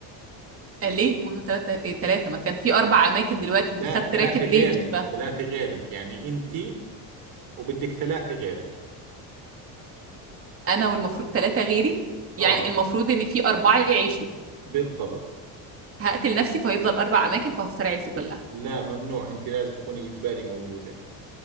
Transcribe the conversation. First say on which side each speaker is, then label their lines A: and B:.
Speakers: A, on the right (about 30°); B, on the right (about 55°).
A: <laughs> ليه يكونوا ثلاثه ايه ثلاثه ما كان في اربع اماكن دلوقتي انت
B: لا
A: خدت
B: ثلاثة
A: راكب
B: غيرك
A: ليه مش فاهم
B: ثلاثة غيرك يعني انت وبدك ثلاثة غيرك
A: انا والمفروض ثلاثه غيري
B: اه
A: يعني المفروض ان في اربعه يعيشوا
B: بالضبط
A: هقتل نفسي فهيفضل اربع اماكن فهختار عيلتي كلها
B: لا ممنوع انت لازم تكوني اجباري موجوده